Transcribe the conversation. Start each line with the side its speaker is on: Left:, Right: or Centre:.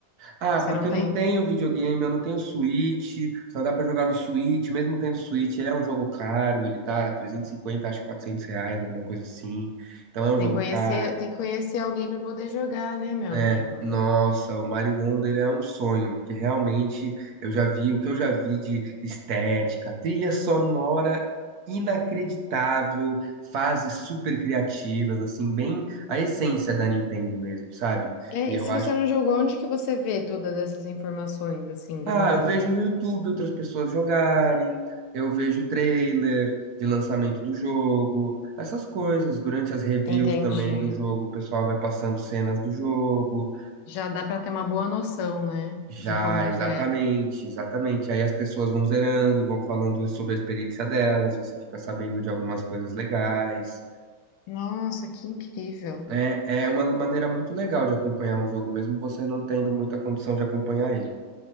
Right: Ah,
Left: Você
Right: porque
Left: não
Right: eu
Left: tem.
Right: não tenho videogame, eu não tenho Switch, só dá pra jogar no Switch, mesmo tendo Switch, ele é um jogo caro, ele tá 350, acho 400 reais, alguma coisa assim, então é um
Left: Tem
Right: jogo
Left: que conhecer,
Right: caro,
Left: tem que conhecer alguém para poder jogar, né, meu
Right: né?
Left: amigo?
Right: Nossa, o Mario Wonder é um sonho, porque realmente eu já vi o que eu já vi de estética, trilha sonora inacreditável, fases super criativas, assim, bem a essência da Nintendo mesmo, sabe?
Left: É,
Right: E
Left: e
Right: eu
Left: se
Right: acho
Left: você não jogou, onde que você vê todas essas informações, assim,
Right: Ah,
Left: do Mario?
Right: eu vejo no YouTube outras pessoas jogarem, eu vejo trailer de lançamento do jogo, essas coisas. Durante as reviews
Left: Entendi.
Right: também do jogo, o pessoal vai passando cenas do jogo.
Left: Já dá para ter uma boa noção, né,
Right: Já,
Left: de como
Right: exatamente,
Left: que é.
Right: exatamente. Aí as pessoas vão zerando, vão falando sobre a experiência delas, você fica sabendo de algumas coisas legais.
Left: Nossa, que incrível.
Right: É, é uma maneira muito legal de acompanhar um jogo, mesmo você não tendo muita condição de acompanhar ele.